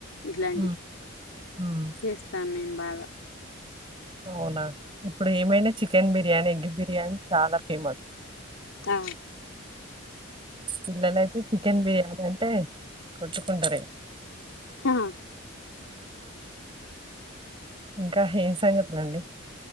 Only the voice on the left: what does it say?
ఇట్లాంటి
చేస్తాను నేను బాగా
ఆ
క